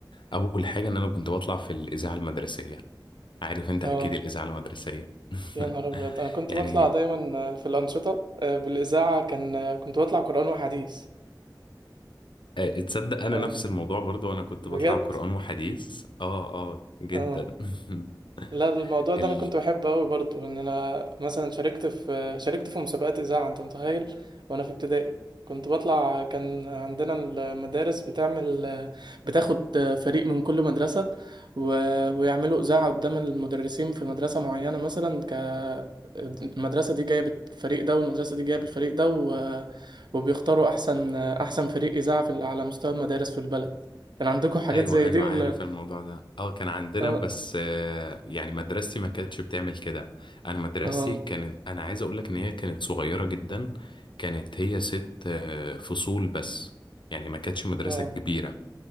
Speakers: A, on the left; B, on the right.
A: أول حاجة إن أنا كنت بطلع في الإذاعة المدرسية عارف أنت
B: اه
A: أكيد الإذاعة المدرسية <laughs>
B: يا نهار أبيض أنا كنت
A: يعني
B: بطلع دايما في الأنشطة آه، بالإذاعة كان كنت بطلع قرآن وحديث
A: آه، تصدق انا
B: آه،
A: نفس الموضوع برضو انا كنت
B: بجد
A: بطلع قرآن وحديث اه اه جدا
B: اه
A: <laughs>
B: لا الموضوع ده
A: ال...
B: انا كنت بحبه قوي برضو ان انا مثلا شاركت في شاركت في مسابقات اذاعه انت متخيل وانا في ابتدائي كنت بطلع كان عندنا المدارس بتعمل بتاخد فريق من كل مدرسه و... ويعملوا اذاعه قدام المدرسين في مدرسه معينه مثلا ك المدرسه دي جايه بالفريق ده والمدرسه دي جايه بالفريق ده و... وبيختاروا احسن احسن فريق اذاعه في... على مستوى المدارس في البلد كان عندكم حاجات
A: ايوه
B: زي
A: ايوه
B: دي ولا
A: عارف الموضوع ده اه كان عندنا
B: اه
A: بس آه، يعني مدرستي ما كانتش بتعمل كده انا مدرستي
B: اه
A: كانت انا عايز اقول لك ان هي كانت صغيرة جدا كانت هي ست آه، فصول بس يعني ما كانتش مدرسة
B: اه
A: كبيرة